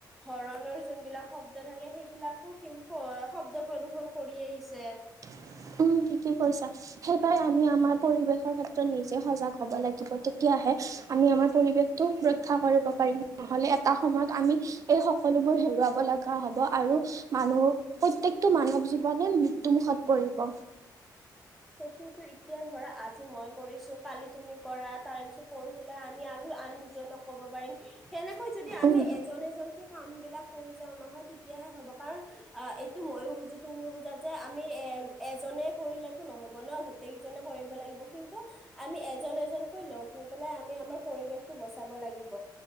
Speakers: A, in the centre; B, on the right.
A: হৰণৰ যোনবিলাক শব্দ থাকে সেইবিলাকো কিম্প শব্দ প্ৰদূ্ষন কৰি আহিছে।
B: <unintelligible> তুমি ঠিকে কৈছা, সেইবাৰ আমি আমাৰ পৰিৱেশৰ ক্ষেত্ৰত নিজে সজাগ হব লাগিব তেতিয়াহে আমি আমাৰ পৰিৱেশটো ৰক্ষা কৰিব পাৰিম, নহলে এটা সময়ত আমি এই সকলোবোৰ হেৰুৱাব লগা হব, আৰু মানুহ প্ৰত্যেকটো মানৱ জীৱনে মৃত্যুমুখত পৰিব।
A: সেইটোতো এতিয়া ধৰা আজি মই কৰিছো কালি তুমি কৰা তাৰ পিছত পৰখিলা আমি আৰু আন দুজনক ক'ব পাৰিম, সেনেকৈ যদি আমি
B: উম
A: এজন এজনকে কাম বিলাক কৰি যাও নহয় তেতিয়াহে হ'ব কাৰণ অ, এইটো ময়ো বুজো তুমিও বুজা যে আমি এ এজনে কৰিলেত তো নহব ন গোটেই কেইজনে কৰিব লাগিব, কিন্তু আমি এজন-এজনকৈ লগ হৈ পেলাই আমি আমাৰ প পৰিৱেশটো বচাব লাগিব।